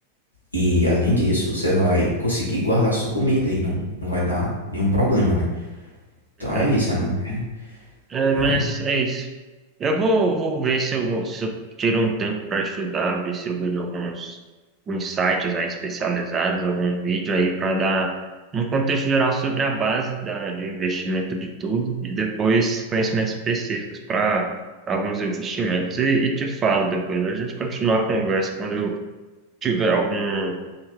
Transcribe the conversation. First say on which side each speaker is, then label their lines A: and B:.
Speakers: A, on the left; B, on the right.
A: E além disso, você vai conseguir guardar sua comida e não, não vai dar nenhum problema, né? Então
B: né?
A: é isso, é, mano. É,
B: É, mas
A: é
B: é isso. Eu vou, vou ver se eu, se eu tiro um tempo para estudar, ver se eu vejo alguns, alguns sites aí especializados, algum vídeo aí para dar um contexto geral sobre a base da, de investimento de tudo e depois conhecimentos específicos para alguns investimentos. E, e te falo depois, a gente continua a conversa quando eu tiver algum,